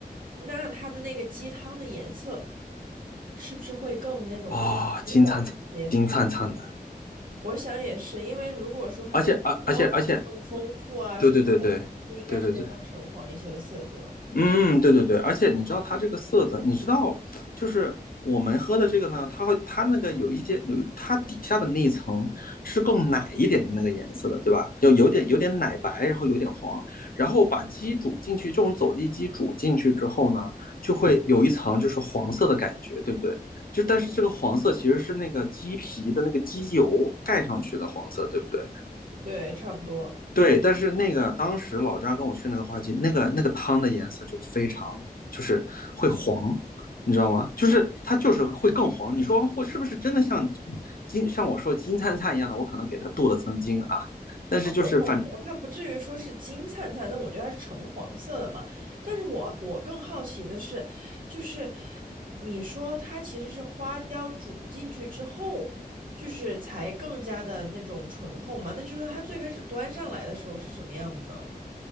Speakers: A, on the right; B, on the left.
A: 那它的那个鸡汤的颜色是不是会更那种红黄一些？
B: 啊、金灿灿，金灿灿的。
A: 我想也是，因为如果说它的标志更丰富啊什么的，
B: 而且，而而且而且，对对对对对对对对。
A: 是应该是会更橙黄一些的色泽。
B: 嗯，对对对，而且你知道它这个色泽，你知道，就是我们喝的这个呢，它会它那个有一些有它底下的那一层是更奶一点的那个颜色的，对吧？就有点有点奶白，然后有点黄，然后把鸡煮进去，这种走地鸡煮进去之后呢，就会有一层就是黄色的感觉，对不对？就但是这个黄色其实是那个鸡皮的那个鸡油盖上去的黄色，对不对？
A: 对，差不多。
B: 对，但是那个当时老张跟我去那个花鸡，那个那个汤的颜色就非常就是会黄，你知道吗？就是它就是会更黄。
A: 哎，
B: 你说会是不是真的像金像我说金灿灿一样的？我可能给它镀了层金啊，但是就是反
A: 哦我懂我懂，它不至于说是金灿灿，那我觉得它是橙黄色的嘛。但是我我更好奇的是，就是呃你说它其实是花椒煮进去之后，就是才更加的那种醇厚嘛？那就是说它最开始端上来的时候是什么样的呢？